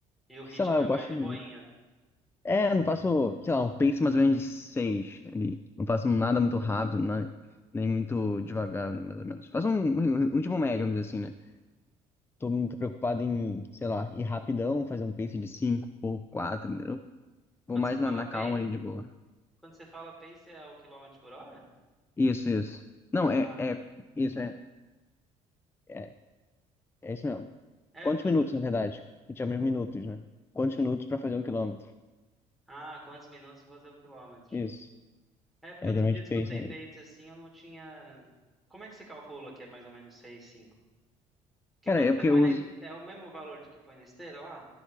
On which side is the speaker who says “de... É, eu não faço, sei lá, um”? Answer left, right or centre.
Left